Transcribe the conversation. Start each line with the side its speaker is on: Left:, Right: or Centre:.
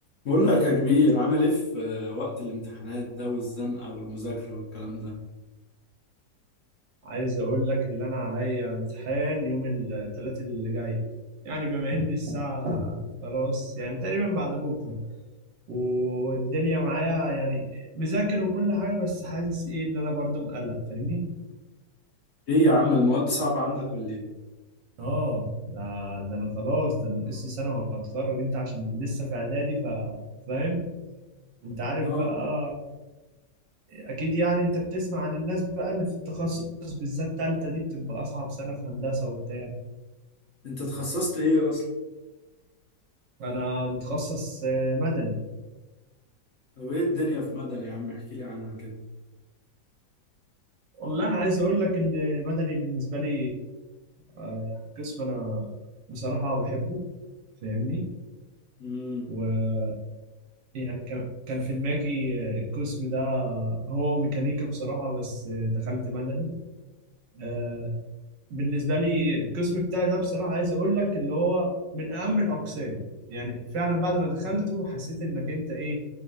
Left: بقول لك يا كبير عامل ايه في آه، وقت الامتحانات ده والزنقة والمذاكرة والكلام ده؟
Right: عايز اقول لك اللي انا عليا امتحان يوم الثلاث اللي جاي يعني بما ان الساعة خلاص يعني تقريبا بعد بكرة والدنيا معايا يعني مذاكر وكل حاجة بس حاسس ايه اللي انا برضو مقلق فاهمني
Left: ايه يا عم المواد صعبة عندك ولا ايه؟
Right: اه ده, ده انا خلاص ده انا ناقصي سنة وهتخرج انت عشان لسه في اعدادي ف فاهم انت عارف
Left: اه
Right: بقى اكيد يعني انت بتسمع عن الناس بقى اللي في التخصص بالذات تالتة دي بتبقى اصعب سنة في هندسة وبتاع
Left: انت اتخصصت ايه اصلا؟
Right: انا متخصص آه، مدني
Left: طب ايه الدنيا في مدني يا عم احكي لي عنها كده.
Right: والله انا عايز اقول لك المدني بالنسبه لي آه، يعني قسم انا بصراحه بحبه فاهمني
Left: امم
Right: ويعني كان كان في دماغي آه، القسم ده هو ميكانيكا بصراحه بس آه، دخلت مدني آه، بالنسبه لي القسم بتاعي ده بصراحه عايز اقول لك اللي هو من اهم الاقسام يعني فعلا بعد ما دخلته حسيت انك انت ايه